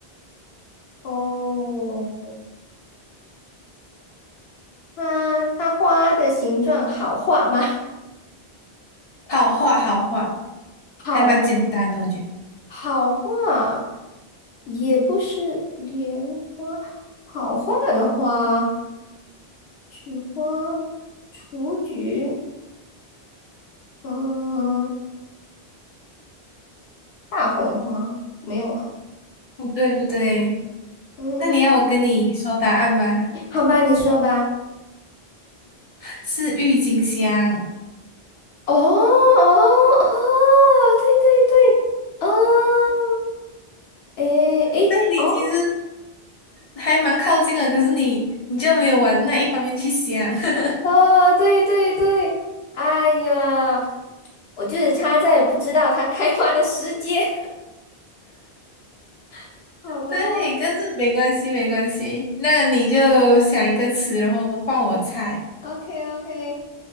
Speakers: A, on the left (about 75°); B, on the left (about 45°).
A: 哦，它它花的形状好画吗？
B: 好画好画，
A: <laughs> 好
B: 还蛮简单的，我觉得。
A: 好画，也不是莲花，好画的花，菊花、雏菊，嗯，大红花没有啊？
B: 不对不对，
A: 嗯，
B: 那你要我跟你说答案吗？
A: 好吧，你说吧。
B: 是郁金香。
A: 哦哦哦，对对对，哦。诶诶，
B: 对，你其实
A: 哦，
B: 还蛮靠近的，可是你你就没有往那一方面去想。<laughs>
A: <laughs> 哦，对对对，哎呀，我就是差在不知道它开花的时间，<laughs> 好吧
B: 对，但是没关系没关系，那你就想一个词，然后换我猜。
A: ？OK OK，